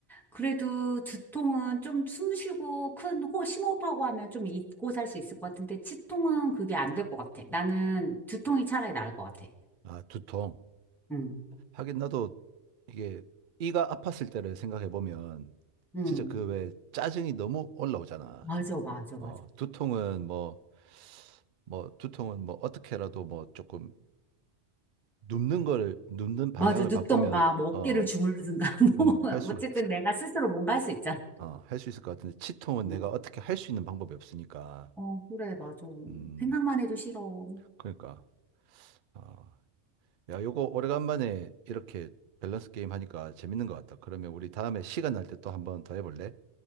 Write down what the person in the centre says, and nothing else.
그래도 두통은 좀 숨 쉬고 큰 호, 심호흡하고 하면 좀 잊고 살 수 있을 것 같은데 치통은 그게 안 될 것 같아. 나는 두통이 차라리 나을 것 같아.
응,
응.
맞아, 맞아,
맞아.
맞아. 눕던가,
뭐 어깨를
주무르든가, <laughs> 뭐.
어쨌든 내가 스스로 뭔가 할 수 있잖아.
응.
어, 그래, 맞아.
생각만 해도 싫어.